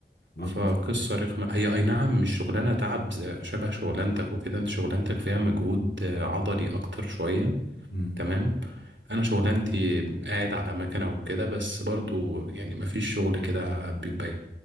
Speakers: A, on the left (about 60°); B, on the right (about 80°).
A: الله
B: فقصة
A: يكون في عونك
B: رخمة هي أي نعم مش شغلانة تعب زي- شبه شغلانتك وكده أنت شغلانتك فيها مجهود آه، عضلي أكتر شوية
A: امم
B: تمام انا شغلانتي قاعد على مكنه وكده بس برضو يعني مفيش شغل كده بيبقى